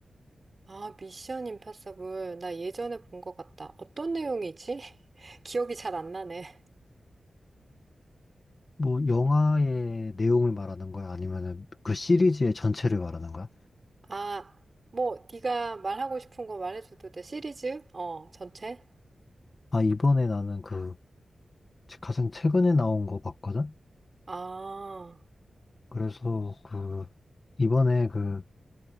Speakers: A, on the right; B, on the left.
A: 아, 미션 임파서블. 나 예전에 본 것 같다. 어떤 내용이지? <laughs> 기억이 잘 안 나네.
B: 뭐, 영화의 내용을 말하는 거야? 아니면은 그 시리즈의 전체를 말하는 거야?
A: 아, 뭐 네가 말하고 싶은 거 말해줘도 돼. 시리즈? 어, 전체?
B: 아, 이번에 나는 그 가장 최근에 나온 거 봤거든?
A: 아,
B: 그래서 그, 이번에 그